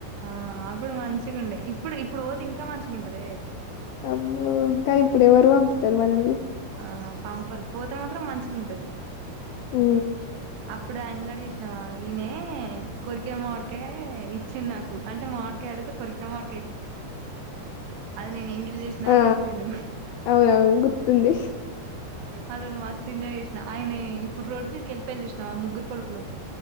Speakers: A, on the right; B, on the left.
A: ఆ అప్పుడు మంచిగా ఉండే ఇప్పుడు ఇప్పుడు పోఓతి ఇంకా మంచిగా ఉంటది
B: అమ్ కని ఎప్పుడు ఎవరుఅ పతర్వానల్ని
A: ఆ పంపారు పోూతే మాత్రం మంచిగా ఉంటది
B: హ
A: అప్పుడు ఆయన్నడు చూసినావా ఈయన కొరికే మాడికాయ ఇచ్చింది నాకు అంటే మామిడికాయ తవా బయట
B: ఆ
A: చెప్పిడు
B: అవునవును గుర్తుంది
A: అసలు మస్ ఎంజాయ్ చేసినా ఆయన ఇప్పుడు రోడ్డు మీదకిెలిిపో వెళ్ళిసిన ఆ ముగ్గురు కొడుకులు